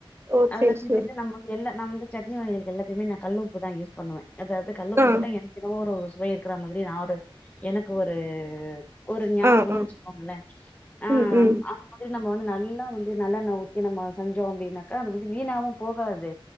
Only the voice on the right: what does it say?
ஓ
சேரி
சேரி
ஆ
ஆ ஆ
ம் ம்